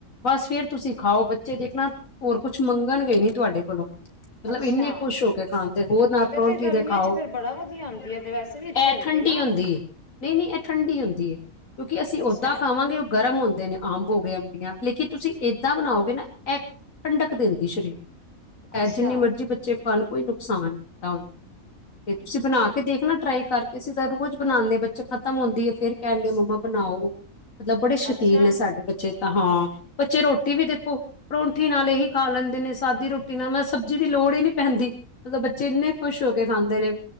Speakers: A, on the left (about 65°); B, on the left (about 25°).
A: ਬਸ ਫੇਰ ਤੁਸੀਂ ਖਾਓ, ਬੱਚੇ ਦੇਖਣਾ ਹੋਰ ਕੁਛ ਮੰਗਣ ਗਏ ਨੀ, ਤੁਹਾਡੇ ਕੋਲੋਂ ਮਤਲਬ
B: ਅੱਛਾ
A: ਇੰਨੇ ਖੁਸ਼ ਹੋ ਕੇ ਖਾਣ, ਦੇ ਹੋਰ ਨਾਲ
B: ਮਤਲਬ
A: ਪਰੌਂਠੀ
B: ਤੇ ਗਰਮੀਆਂ
A: ਦੇ ਖਾਓ
B: ਚ ਫੇਰ ਬੜਾ ਵਧੀਆ ਆਉਂਦੀ ਹੈ ਤੇ ਵੈਸੇ ਵੀ ਅੱਛੀ
A: ਇਹ ਠੰਡੀ
B: ਨਾ
A: ਹੁੰਦੀ ਏ, ਨਹੀਂ -ਨਹੀਂ ਇਹ ਠੰਡੀ ਹੁੰਦੀ ਹੈ ਕਿਉਂਕਿ, ਅਸੀਂ
B: ਅੱਛਾ
A: ਓਦਾਂ ਖਾਵਾਂਗੇ ਗਰਮ ਹੁੰਦੇ ਨੇ, ਅੰਬ ਹੋ ਗਏ ਅਬੀਆਂ ਲੇਕਿਨ, ਤੁਸੀਂ ਇੱਦਾਂ ਬਣਾਓਗੇ ਨਾ, ਇਹ ਠਡਕ ਦਿੰਦੀ ਸਰੀਰ ਹੈ
B: ਅੱਛਾ
A: ਜਿੰਨੀ ਮਰਜ਼ੀ, ਬੱਚੇ ਖਾਣ ਕੋਈ ਨੁਕਸਾਨ ਨਹੀਂ ਹੁੰਦਾ ਫਿਰ ਤੁਸੀਂ ਬਣਾ ਕੇ ਦੇਖਣਾ ਟਰਾਈ ਕਰਕੇ, ਅਸੀਂ ਤਾਂ ਰੋਜ਼ ਬਣਾਉਂਦੇ ਹਾਂ, ਬੱਚੇ ਖਤਮ ਹੁੰਦੀ ਹੈ ਫੇਰ ਕਹਿਣਗੇ, ਮੰਮਾ ਬਣਾਓ? ਮਤਲਬ ਬੜੇ ਸ਼ੌਕੀਨ
B: ਅੱਛਾ
A: ਨੇ, ਸਾਡੇ ਬੱਚੇ ਤਾਂ ਹਾਂ, ਬੱਚੇ ਰੋਟੀ
B: ਅੱਛਾ
A: ਵੀ ਦੇਖੋ ਪਰੌਂਠੀ ਨਾਲ ਇ ਹੀ ਖਾ ਲੈਂਦੇ ਨੇ, ਸਾਦੀ ਰੋਟੀ ਨਾਲ ਮੈਂ ਸਬਜ਼ੀ ਦੀ, ਲੋੜ ਹੀ ਨਹੀਂ ਪੈਂਦੀ ਮਤਲਬ, ਬੱਚੇ ਇੰਨੇ ਖੁਸ਼ ਹੋ ਕੇ ਖਾਂਦੇ ਨੇ